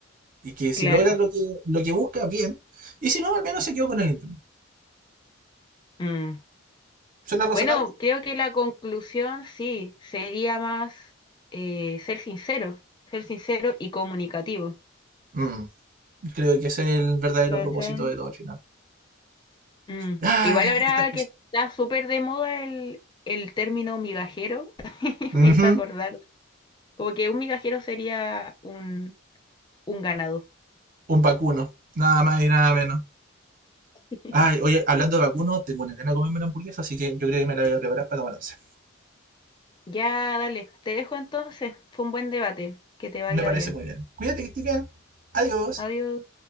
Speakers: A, on the right; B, on the left.
A: Y que
B: claro.
A: si logra lo que, lo que busca, bien. Y si no, al menos se quedó con el intento
B: Mm.
A: ¿Suena razonable?
B: Bueno, creo que la conclusión sí sería más eh, ser sincero, ser sincero y comunicativo.
A: Mm, Creo que ese es el verdadero
B: ¿Cachai?
A: propósito de todo al final.
B: Mm.
A: Ah,
B: Igual ahora
A: estas cosas.
B: que está súper de moda el, el término migajero, <laughs>
A: Ujú,
B: me hizo acordar, como que un migajero sería un, un ganado.
A: Un vacuno. Nada más y nada menos.
B: <laughs>
A: Ay, oye, hablando de vacuno, tengo una gana de comerme una hamburguesa, así que yo creo que me la voy a preparar para tomar once.
B: Ya, dale, te dejo entonces, fue un buen debate, que te vaya
A: Me parece
B: bien.
A: muy bien. Cuídate que estés bien. Adiós.
B: Adiós.